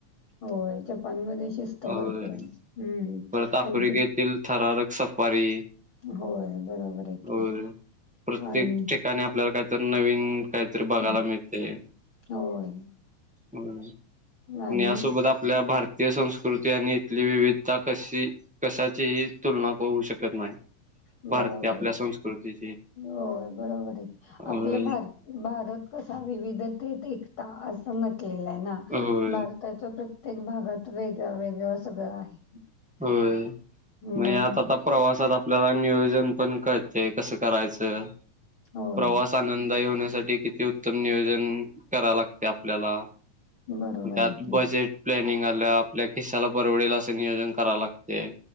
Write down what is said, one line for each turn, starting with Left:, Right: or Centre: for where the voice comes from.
Left: हो जपानमध्ये शिस्त
Centre: होय
Left: भरपूर आहे हम्म
Centre: परत
Left: आणि ति
Centre: <unintelligible> थरारक सफारी.
Left: होय बरोबर आहे
Centre: होय प्रत्येक
Left: आणि
Centre: ठिकाणी आपल्याला काहीतरी नवीन काहीतरी बघायला
Left: हं,
Centre: मिळते.
Left: होय.
Centre: आणि
Left: आणि
Centre: यासोबत आपल्या भारतीय संस्कृती आणि इथली विवि त्या कशी कशाचीही तुलना होऊ शकत नाही.
Left: बरोबर
Centre: भारतीय आपल्या
Left: आहे,
Centre: संस्कृतीची
Left: होय बरोबर आहे
Centre: होय
Left: आपलं भारत भारत कसा विविधतेत एकता असं म्हटलेलं आहे ना.
Centre: होय
Left: भारत त्याच प्रत्येक भागात वेगळ वेगळं सगळं आहे.
Centre: होय, मि
Left: मग
Centre: आता त प्रवासात आपल्याला नियोजन पण कडते कसं करायचं,
Left: होय
Centre: प्रवास आनंददायी होण्यासाठी किती उत्तम नियोजन करा लाग ते आपल्याला,
Left: बरोबर
Centre: त्यात
Left: आहे की
Centre: बजेट प्लॅनिंग आलं आपल्या किस्साला परवडेल असं नियोजन कराव लागते.